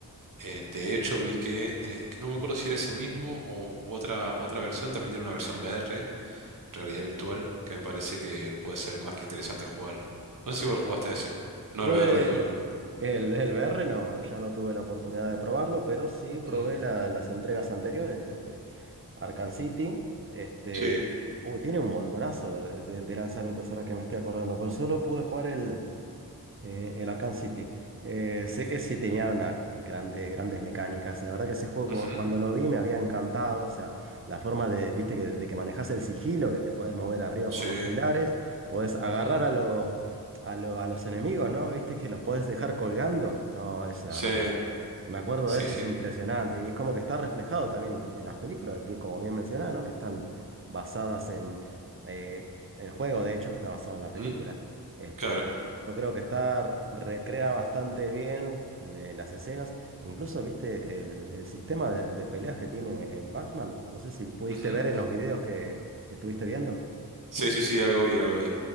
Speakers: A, on the right; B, on the right.
A: Eh, de hecho, vi que, eh, que no me acuerdo si era ese mismo o u otra, otra versión, también tiene una versión VR realidad virtual, que me parece que puede ser más que interesante jugarlo. No sé si vos lo jugaste a ese. No
B: Pude
A: al VR, digo, al... com-
B: el, el VR, no, bueno, ya no tuve la oportunidad de probarlo, pero sí probé
A: Mm.
B: la- las entregas anteriores desde Arkham City. Este,
A: Sí.
B: uy, tiene un montonazo de, de- de lanzamientos ahora que me estoy acordando, pero solo pude jugar el, eh, el Arkham City. Eh, sé
A: Y...
B: que sí tenía unas grandes grandes mecánicas. La verdad que ese juego,
A: ujú,
B: cu- cuando lo vi, me había encantado. O sea, la forma de, viste, que, de que manejas el sigilo, que te podés mover arriba
A: Sí.
B: por los pilares, podés agarrar
A: ujú,
B: a los, a lo- a los enemigos, ¿no? Viste que los podés dejar colgando. No, es la
A: Sí.
B: verdad que fue- Me acuerdo
A: Sí,
B: de eso,
A: sí.
B: es impresionante. Y es como que está reflejado también en, en las películas, bien- como bien mencionaba, ¿no? Que están basadas en eh, el juego, de hecho, que está basado en la película.
A: ujú,
B: Este.
A: Claro.
B: Yo creo que está, recrea bastante bien le- las escenas. Incluso viste el, el sistema de, de peleas que tiene el Batman. No sé si pudiste
A: ujú.
B: ver en los videos que, que estuviste viendo.
A: Sí, sí, sí, algo vi, algo vi.